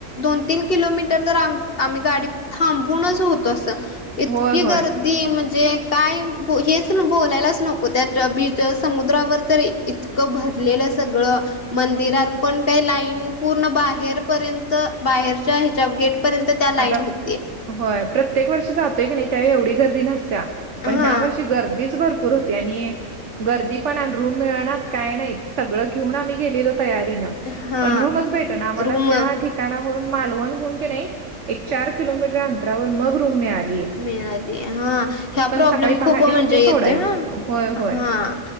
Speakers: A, on the left; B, on the right.
A: दोन तीन किलोमीटर तर आम-आम्ही गाडी थांबवून होत असं. इतकी
B: होय होय
A: गर्दी म्हणजे काय पो हेच बोलायलाच नको. <unintelligible> त्याच्या बीच समुद्रावर तर इतकं भरलेलं सगळं. मंदिरात पण काही लाईन पूर्ण बाहेरपर्यंत बाहेरच्या ह्याच्या गेट पर्यंत त्या लाईन
B: आता
A: होते.
B: होय प्रत्येक वर्षी जातोय की नाही त्यावेळी एवढी गर्दी नसत्या.
A: हा
B: पण ह्या वर्षी गर्दीचं भर भरपूर होती आणि गर्दी पण आणि रूम मिळेनात काय नाहीत. सगळं घेऊन आम्ही गेलेलो तयारीन.
A: हा
B: पण रूमच भेटना आम्हाला.
A: रूम
B: त्या ठिक ठिकाणावरुन मालवण म्हणुन की नाही एक चार किलोमीटर अंतरावर मग रूम मिळाली. एक
A: मिळाली हा ह्या
B: पण
A: प्रॉब्लेम
B: सकाळी
A: खूप
B: पहाटे
A: म्हणजे
B: सोडायची
A: येतोय हा
B: होय
A: हा.
B: होय